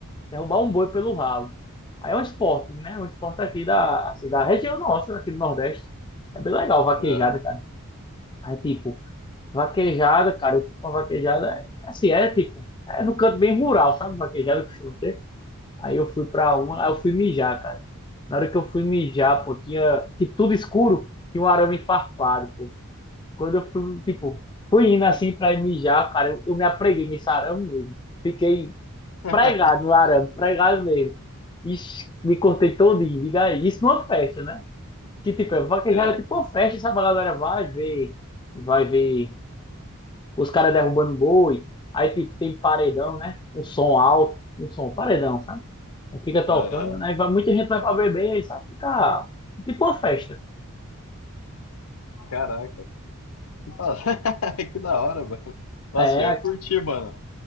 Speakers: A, on the left (about 20°); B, on the left (about 65°).
A: Derrubar um boi pelo rabo. Aí é um esporte, né? É um esporte aqui da, assim, da região nossa, aqui do Nordeste. É bem legal, vaquejada,
B: Aham,
A: cara. Aí, tipo. Vaquejada, cara, eu fui pra vaquejada, é assim, é tipo, é no canto bem rural, sabe? Vaquejada que costuma ter. Aí eu fui pra uma, aí eu fui mijar, cara. Na hora que eu fui mijar, pô, tinha, tipo, tudo escuro, tinha um arame farpado, pô. Quando eu fui, tipo, fui indo assim pra ir mijar, cara, eu, eu me apreguei nesse arame mesmo. Fiquei
B: <laughs>
A: pregado no arame, pregado mesmo. Ixi, me cortei todinho, diga aí. Isso numa festa, né? Que tipo, é vaquejada
B: aham,
A: é tipo uma festa, sabe? A galera vai ver, vai ver os caras derrubando boi, aí tem tem paredão, né? Um som alto, um som paredão, sabe? Aí Fica tocando,
B: aham.
A: né? Vai- Muita gente vai pra beber, aí sabe? Fica tipo uma festa.
B: Caraca, que da... <laughs> que da hora, mano. Nossa,
A: É,
B: eu ia curtir, mano.